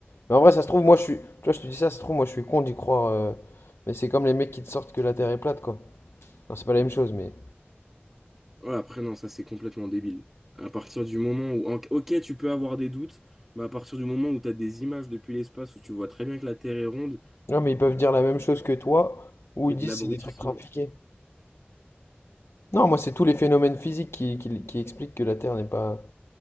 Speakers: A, on the left; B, in the centre.
A: Mais en vrai, ça se trouve, moi je suis. Tu vois, je te dis ça, ça se trouve, moi je suis con d'y croire. euh, mais c'est comme les mecs qui te sortent que la Terre est plate, quoi. Non, c'est pas la même chose, mais.
B: Ouais, après, non, ça c'est complètement débile. À partir du moment où. en- Ok, tu peux avoir des doutes, mais à partir du moment où tu as des images depuis l'espace où tu vois très bien que la Terre est ronde,
A: Non, mais ils peuvent dire la même chose que toi, ou
B: c'est
A: ils disent
B: de l'abrutissement.
A: c'est des trucs trafiqués. Non, moi c'est tous les phénomènes physiques qui, qui, qui expliquent que la Terre n'est pas.